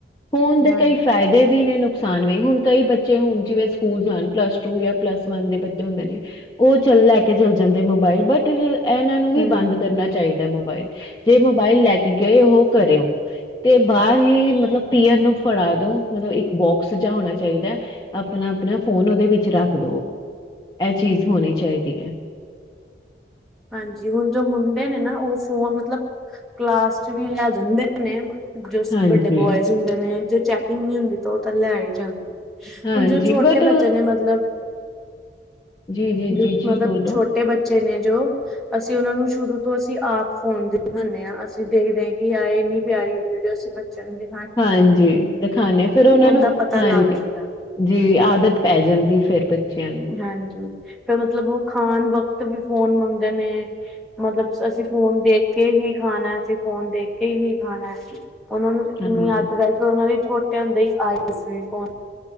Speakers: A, on the left (about 20°); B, in the centre.
A: ਫੋਨ ਦੇ
B: ਹਾਂਜੀ
A: ਕਈ ਫਾਇਦੇ ਵੀ ਨੇ ਨੁਕਸਾਨ ਵੀ ਹੁਨ ਕਈ ਬੱਚੇ ਹੁਨ ਜਿਵੇਂ ਸਕੂਲ ਜਾਣ ਪਲੱਸ ਟੂ ਜਾਂ ਪਲੱਸ ਵਨ ਦੇ ਬੱਚੇ ਹੁੰਦੇ ਨੇ ਓਹ ਚੱਲ ਲੈ ਕੇ ਚੱਲ ਜਾਂਦੇ ਮੋਬਾਈਲ। ਬਟ ਇਹਨਾਂ ਨੂੰ ਵੀ
B: ਹੂੰ
A: ਬੰਦ ਕਰਨਾ ਚਾਹੀਦਾ ਮੋਬਾਈਲ ਜੇ ਮੋਬਾਈਲ ਲੈ ਕੇ ਗਏ ਹੋ ਘਰੇ ਓ ਤੇ ਬਾਹਰ। ਤੁਸੀ ਮਤਲਬ ਪੀਅਨ ਨੂੰ ਫੜਾ ਦੋ ਮਤਲਬ ਇੱਕ ਬੋਕਸ ਜਾ ਹੋਨਾ ਚਾਹੀਦਾ। ਆਪਣਾ- ਆਪਣਾ ਫੋਨ ਉਹਦੇ ਵਿੱਚ ਰੱਖ ਦੋ ਇਹ ਚੀਜ਼ ਹੋਣੀ ਚਾਹੀਦੀ ਹੈ।
B: ਹਾਂਜੀ ਹੁਨ ਜੋ ਮੁੰਡੇ ਨੇ ਨਾ ਉਹ ਸੋ ਮਤਲਬ ਕਲਾਸ ਚ ਵੀ ਲੈ ਜਾਂਦੇ ਮੈਮ ਜੋ
A: ਹਾਂਜੀ
B: ਵੱਡੇ ਬੋਇਜ਼ ਹੁੰਦੇ ਨੇ ਜੇ ਚੈਕਿੰਗ ਨੀ ਹੁੰਦੀ। ਤਾਂ ਉਹ ਤਾਂ ਲੈ ਹੀ ਜਾਂਦਾ
A: ਹਾਂਜੀ
B: ਹੁਣ ਜੋ ਛੋਟੇ
A: ਬਟ
B: ਬੱਚੇ ਨੇ ਮਤਲਬ
A: ਜੀ ਜੀ
B: ਜੋ
A: ਜੀ ਜੀ
B: ਮਤਲਬ
A: ਬੋਲੋ
B: ਛੋਟੇ ਬੱਚੇ ਨੇ ਜੋ। ਅਸੀਂ ਉਹਨਾ ਨੂੰ ਸ਼ੁਰੂ ਤੋਂ ਅਸੀਂ ਆਪ ਫੋਨ ਦਿਖਾਨੇ ਹਾਂ ਅਸੀਂ ਦੇਖਦੇ ਹਾਂ ਕਿ ਯ ਇਹ ਇੰਨੀ ਪਿਆਰੀ ਵੀਡੀਓਸ ਬੱਚਣ ਦੇ।
A: ਹਾਂਜੀ ਦਿਖਾਣੇ ਹਾਂ ਫਿਰ ਉਹਨਾਂ ਨੂੰ
B: ਦਾ ਪਤਾ
A: ਹਾਂਜੀ
B: ਲੱਗ ਜਾਂਦਾ
A: ਜੀ ਦੀ ਆਦਤ ਪੈ ਜਾਂਦੀ ਫਿਰ। ਬੱਚਿਆਂ ਨੂੰ
B: ਹਾਂਜੀ ਫੇਰ ਮਤਲਬ ਉਹ ਖਾਨ ਵਕਤ ਵੀ ਫੋਨ ਮੰਗਦੇ ਨੇ। ਮਤਲਬ ਅਸੀਂ ਫੋਨ ਦੇਖ ਕੇ ਹੀ ਖਾਨਾ ਅਸੀਂ ਫੋਨ ਦੇਖ ਕੇ ਹੀ ਖਾਨਾ ਅ। ਉਹਨਾਂ ਨੂੰ
A: ਹਾਂਜੀ,
B: ਇੰਨੀ ਆਦਤ ਪੈ ਉਹਨਾ ਦੀ ਛੋਟੇ ਹੁੰਦੇ ਹੀ ਆਇਸ ਵੀਕ ਹੋ